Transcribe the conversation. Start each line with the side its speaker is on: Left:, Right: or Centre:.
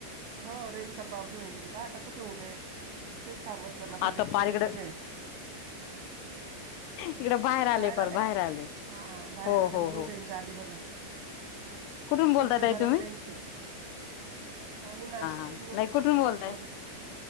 Right: हो रेंजचा प्रॉब्लेम आहे तुमचा आता कुठे उभेय तिथेच थांबत चला म्हणजे
Left: आता
Right: तुम्हाला
Left: पार इकडं
Right: रेंज मिळेल
Left: इकडे आले
Right: बाहेर
Left: पार
Right: आल्या का?
Left: आले
Right: हा बाहेर
Left: हो
Right: आले
Left: हो
Right: म्हणून
Left: हो
Right: तेंच्या आदी बघा
Left: कुठून बोलताय
Right: तुमच्या
Left: ताई
Right: घरात
Left: तुम्ही
Right: रेंज <unintelligible> हा मी नाशिकून
Left: हा
Right: बोलते
Left: नाही कुठून बोलताय
Right: हा बोला.